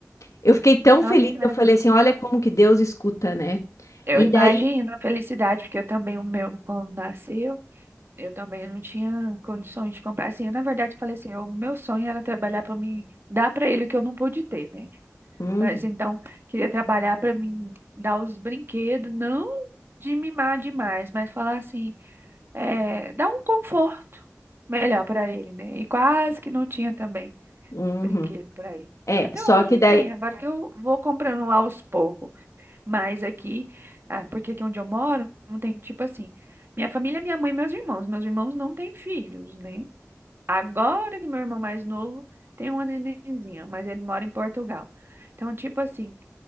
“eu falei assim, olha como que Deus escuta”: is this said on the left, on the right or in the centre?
Left